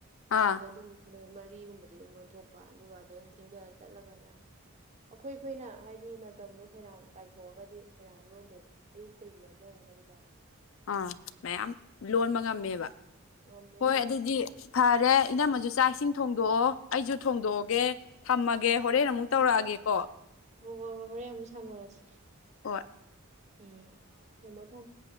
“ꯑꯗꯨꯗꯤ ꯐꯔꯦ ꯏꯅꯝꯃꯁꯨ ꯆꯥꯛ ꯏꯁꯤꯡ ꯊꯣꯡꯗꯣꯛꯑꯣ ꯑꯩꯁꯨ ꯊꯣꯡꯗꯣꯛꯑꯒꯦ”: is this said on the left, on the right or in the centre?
Left